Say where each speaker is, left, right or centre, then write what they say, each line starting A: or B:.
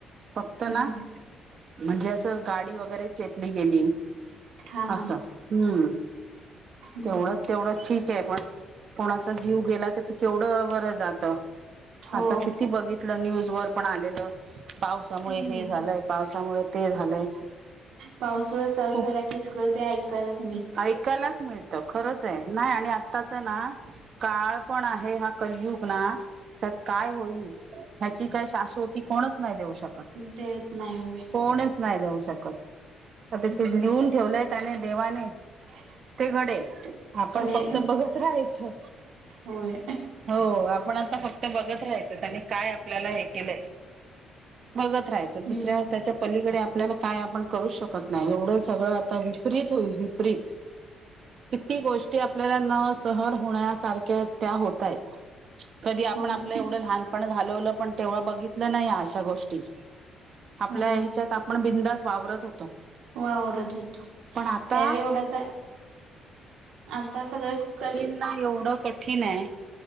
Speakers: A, on the right (about 40°); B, on the right (about 90°).
A: फक्त
B: हम्म
A: ना म्हणजे असं गाडी वगैरे, चेपली गेली
B: हा
A: असं.
B: हा
A: हम्म.
B: हम्म
A: तेवढं, तेवढं ठीक आहे, पण कोणाचा जीव गेला की केवढं वरं जातं.
B: हो
A: आता किती बघितलं, न्यूज वर पण आलेलं. पावसामुळे
B: हम्म
A: हे झालंय, पावसामुळे ते झालंय.
B: पाऊसुळा, चालू
A: खूप
B: झाला की सगळं कळालं का नाही?
A: ऐकायलाच मिळतं, खरंच ये नाही आणि आत्ताच ना काळ पण आहे, हा कलयुग ना त्यात काय होईल, ह्याची काय शाशवत ती कोणच नाही देऊ शकत,
B: ते नाही होय
A: कोणच नाही देऊ शकत. आता
B: हम्म
A: ते लिहून ठेवलंय त्याने देवाने.
B: <inaudible>
A: ते घडेल
B: ते
A: आपण
B: कडे
A: फक्त बघत राहायचं.
B: होय
A: हो आपण आता फक्त बघत राहायचं, त्यांनी काय आपल्याला हे केलंय. बघत राहायचं दुसऱ्या
B: हम्म
A: त्याच्या पलीकडे आपल्याला काय आपण करू शकत नाही, एवढं सगळं आता विपरीत होईल विपरीत. किती गोष्टी आपल्या न सहन होणाऱ्या सारखे त्या होतायंत कधी
B: होय
A: आपण आपलं एवढं लहान पण घालवलं पण तेव्हा बघितलं नाही, अशा गोष्टी. आपल्या
B: हा
A: ह्याच्यात आपण बिंदास वावरत होतो.
B: वावरत होतो.
A: पण आता
B: त्यावेळी एवढं काय, आता सगळं कठी
A: नाही एवढं कठीण आहे.